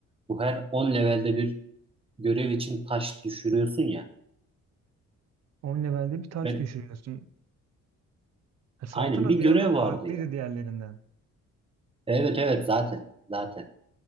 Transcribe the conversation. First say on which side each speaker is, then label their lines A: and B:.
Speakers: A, on the right; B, on the right.
A: bu her 10 levelde bir görev için taş düşürüyorsun ya.
B: 10 levelde bir taş
A: Ben
B: düşürüyorsun. Ha, Saltanat
A: aynen bir
B: biraz
A: görev
B: daha farklıydı
A: vardı ya.
B: diğerlerinden.
A: Evet evet zaten zaten.